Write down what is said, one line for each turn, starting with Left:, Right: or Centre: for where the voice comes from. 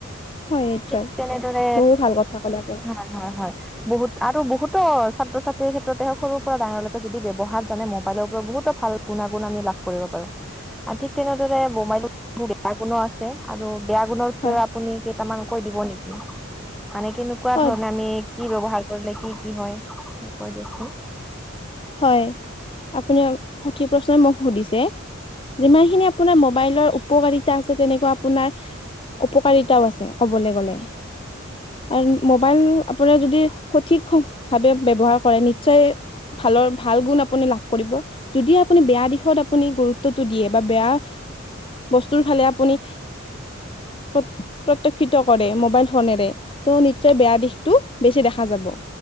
Left: হয় নিশ্চয়
Centre: ঠিক তেনেদৰে,
Left: বহু ভাল কথা ক'লে আপুনি
Centre: হয় হয় হয়। বহুত আৰু বহুতো ছাত্ৰ ছাত্ৰীৰ ক্ষেত্ৰতে সৰুৰপৰা ডাঙৰলৈকে যদি ব্যৱহাৰ জানে মোবাইলৰপৰা বহুতো ভাল গুণাগুণ আমি লাভ কৰিব পাৰোঁ।
Left: <inaudible>
Centre: ঠিক তেনেদৰে বোমাই বেয়া গুণো আছে আৰু বেয়া গুণৰ ভিতৰত
Left: হয়
Centre: আপুনি টামান কৈ দিব নেকি, মানে কেনেকুৱা
Left: হয়
Centre: ধৰণে আমি কি ব্যৱহাৰ কৰিলে কি কি হয়, কৈ দিয়কচোন।
Left: হয়, আপুনি সঠিক প্ৰশ্নই মোক সুধিছে। যিমানখিনি আপোনাৰ মোবাইলৰ উপকাৰী তা আছে তেনেকুৱা আপোনাৰ উপকাৰিতাও আছে কবলৈ গ'লে। আৰু মোবাইল আপোনাৰ যদি সঠিক ভাৱে ব্যৱহাৰ কৰে নিশ্চয় ভালৰ ভাল গুণ আপুনি লাভ কৰিব। যদি আপুনি বেয়া দিশত আপুনি গুৰুত্বটো দিয়ে বা বেয়া বস্তুৰ ফালে আপুনি প প্ৰত্যক্ষিত কৰে মোবাইল ফোনেৰে ত' নিশ্চয় বেয়া দিশটো বেছি দেখা যাব।